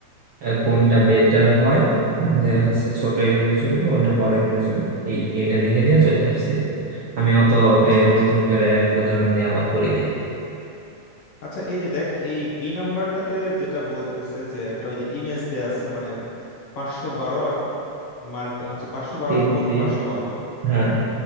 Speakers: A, on the right; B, on the left.
A: আহ, কোনটা বেটার হয় যে হচ্ছে ছোট ইমেজের জন্য কোনটা বড় ইমেজের জন্য এই এইটা লিখে দিয়ে চলে আসছে আর কি আমি অত
B: ও আচ্ছা
A: এ,
B: আচ্ছা
A: নতুন করে উদাহরণ নিয়ে আবার করি নাই
B: আচ্ছা এই যে দেখ এই বি নাম্বারটাতে যেটা বলতেছে যে একটা ওই যে ইমেজ দেয়া আছে মানে পাঁচশো বারো আর মাল্টি হচ্ছে পাঁচশো বারো
A: তিন
B: গুণ
A: বিট
B: পাঁচশো বারো
A: হ্যাঁ